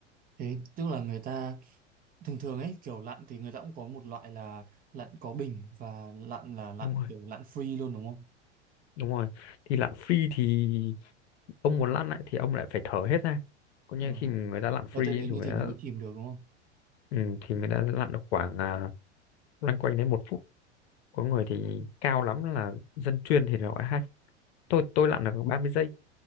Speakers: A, on the right; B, on the left.
A: Thế tức là người ta thường thường ấy kiểu lặn thì người ta cũng có một loại là lặn có bình và lặn là lặn
B: đúng rồi
A: kiểu lặn free luôn đúng không?
B: đúng rồi thì lặn free thì ông muốn lặn lại thì ông lại phải thở hết ra còn
A: Ờ,
B: như khi mà người ta lặn free
A: Ờ, tại vì
B: ấy,
A: như
B: thì người
A: thế
B: ta
A: nó mới chìm được đúng không?
B: Ừ, thì mình đã lặn được khoảng à, loanh quanh đến một phút có người thì cao lắm là dân chuyên thì gọi hai phút. tôi tôi lặn được 30 giây